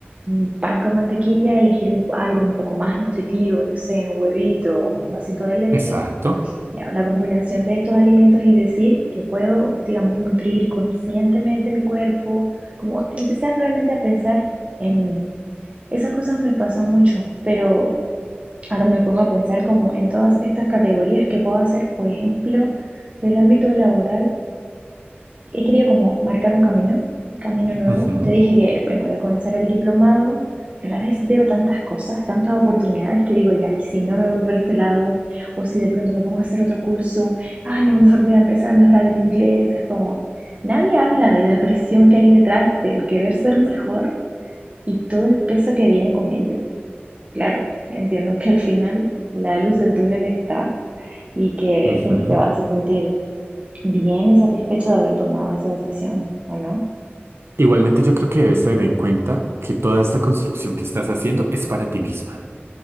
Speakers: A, on the right (about 35°); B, on the right (about 80°).
A: un pan con mantequilla, elegir un- algo un poco más nutritivo, no sé, un huevito, un vasito de leche,
B: Exacto.
A: ya, la combinación de estos alimentos y decir que puedo, digamos, nutrir conscientemente mi cuerpo, como empezar realmente a pensar en mí. Esas cosas me pasan mucho, pero Ahora me pongo a pensar como en todas estas categorías que puedo hacer, por ejemplo, del ámbito laboral, he querido como marcar un camino, un camino nuevo.
B: Ujú,
A: Te dije que, bueno, voy a comenzar el diplomado, pero a la vez veo tantas cosas, tantas oportunidades que digo, ya, y si no me voy por este lado, o si de pronto me pongo a hacer otro curso, ah, no, mejor voy a empezar a mejorar el inglés. Es como, nadie habla de la presión que hay detrás del querer ser mejor y todo el peso que viene con ello. Claro, entiendo que al final la luz del túnel está y que
B: ujú.
A: siempre te vas a sentir bien y satisfecho de haber tomado esa decisión, ¿o no?
B: Igualmente yo creo que debes tener en cuenta que toda esta construcción que estás haciendo es para ti misma.